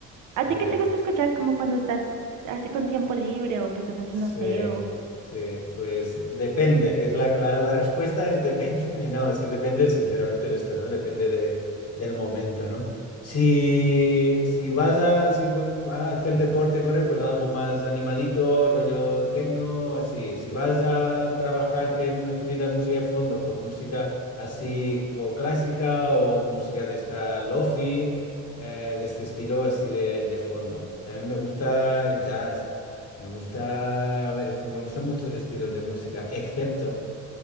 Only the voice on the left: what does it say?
yeah.
Sí,
sí, pues depende. Es La, la, la respuesta es depende. <laughs> No, es que depende, sinceramente, es esto, ¿no? Depende de, del momento, ¿no? Si, si vas a, si ju- a hacer deporte, correr, pues algo más animadito, rollo tecno, así. Si vas a trabajar que necesitas música de fondo, pues música así o clásica o música de esta lofi, eh, de este estilo así de, de fondo. También me gusta el jazz. Me gusta, a ver, es que me gustan muchos estilos de música, excepto